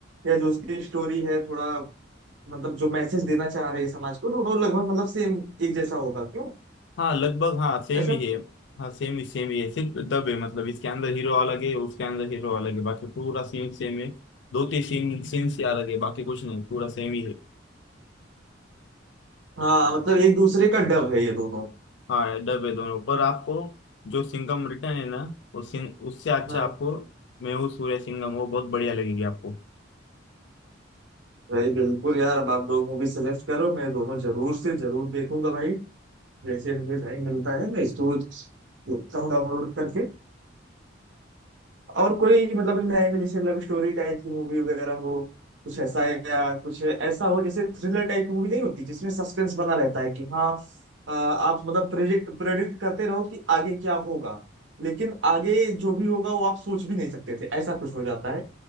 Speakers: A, on the right; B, on the left.
A: या जो उसकी स्टोरी है थोड़ा मतलब जो मैसेज देना चाह रहे हैं समाज को दोनों लगभग मतलब सेम एक जैसा होगा क्यों
B: हाँ लगभग हाँ सेम
A: ऐसा
B: ही है हाँ सेम ही सेम ही है सिर्फ दब है मतलब इसके अंदर हीरो अलग है उसके अंदर हीरो अलग है बाकी पूरा सीन सेम है दो तीन सीन सीन से अलग है बाकी कुछ नहीं पूरा सेम ही है
A: हाँ मतलब एक दूसरे का डब है ये दोनों
B: हाँ डब है दोनों पर आपको जो सिंघम रिटर्न है ना वो सिंग उससे अच्छा
A: हाँ
B: आपको मैं हूँ सूर्य सिंघम वो बहुत बढ़िया लगेगी आपको
A: भाई बिल्कुल यार अब आप दो मूवी सजेस्ट करो मैं दोनों जरूर से जरूर देखूंगा भाई जैसे मुझे टाइम मिलता है मैं इसको देखता हूँ डाउनलोड करके और कोई मतलब नए में जैसे लव स्टोरी टाइप की मूवी वगैरह हो कुछ ऐसा है या कुछ ऐसा हो जैसे थ्रिलर टाइप की मूवी नहीं होती जिसमें सस्पेंस बना रहता है कि हाँ अ, आप मतलब प्रोजेक्ट प्रेडिक्ट करते रहो कि आगे क्या होगा लेकिन आगे जो भी होगा वो आप सोच भी नहीं सकते थे ऐसा कुछ हो जाता है